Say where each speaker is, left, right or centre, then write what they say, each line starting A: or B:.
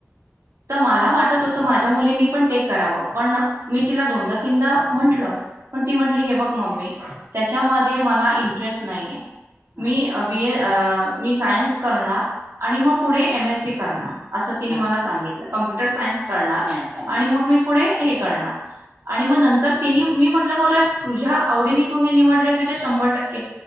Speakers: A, on the right; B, on the right.
A: तर मला वाटत होतं माझ्या मुलींनी पण टेक करावं पण मी तिला दोनदा तीनदा म्हंटलं पण ती म्हटली हे बघ मममी त्याच्यामध्ये मला इंटरेस्ट नाहीे
B: हा
A: मी बी अ मी सायन्स करणार आणि मग पुढे एम एस सी करणार असं तिने
B: हा
A: मला सांगितलं कंप्युटर सायन्स करणार
B: सायन्स करणार
A: आणि मग मी पुढे हे करणार आणि म नंतर तिनी मी म्हटलं बरं तुझ्या आवडीने तू हे निवडले त्याच्या शंभर ट